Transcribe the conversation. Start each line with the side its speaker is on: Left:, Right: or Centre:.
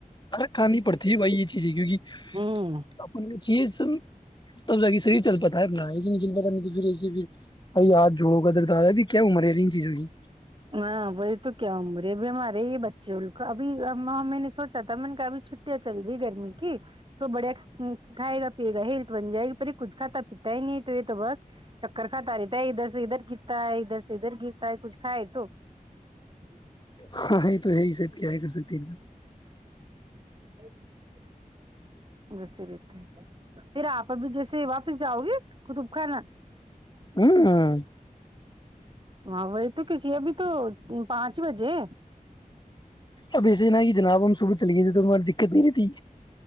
Left: ا کرانی پڑتی ہے بھائی یہ چیز ہے کیونکہ
Right: ہوں
Left: اپ چے سب تب جاگے سرح چل پتا ہے اپ ایسے نہیں چل پتا نہیں توھر ایے پھر ا ہاتھ جوڑوں کا درتا آ رہا ہے کیا عمر ہے ان چیزوں کی
Right: ہاں وہی تو کیا ہ مرے اب ہمارے یہ بچے اب میں نے سوچا تھا میں نے کہا اب چھٹیاں چل رہی گرمی کی سو بڑھیا کھائے گا پیے گا ہیلتھ بن جائے گی پر یہ کچھ کھاتا پیتا ہی نہیں تو یہ تو بس چکر کھاتا رہتا ہے ادھر سے ادھر گرتا ہے ادھر سے ادھر گرتا ہے کچھ کھائے تو <unintelligible>
Left: ہاں ہی تو ہے ہی سید کیا ہے کر سکتے ہیں ان کا
Right: ا <inaudible> ویسے رہتا ہے پھر آپ اب جیسے واپس جاؤ گے قطب خانا
Left: ہوں ہ <unintelligible>
Right: ماں وہی تو کیونک ابھی تو پانچ ہی بجے
Left: اب ایسے ہی نہا کہ جناب ہم صبح چل گئے تھے تو ہماری دقت نہیں رہتی